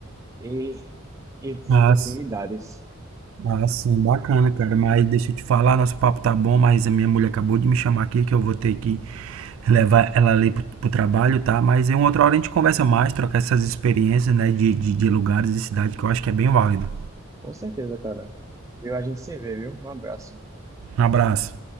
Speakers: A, on the right; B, on the right.
A: E, e,
B: Ah,
A: e proximidades.
B: sim, Ah, sim, bacana, cara. Mas deixa eu te falar, nosso papo tá bom, mas a minha mulher acabou de me chamar aqui que eu vou ter que levar ela ali pro, pro trabalho, tá? Mas em uma outra hora a gente conversa mais, trocar essas experiências, né? De, de, de lugares e cidade que eu acho que é bem válido.
A: Com certeza, cara. Viu? A gente se vê, viu? Um abraço.
B: Um abraço.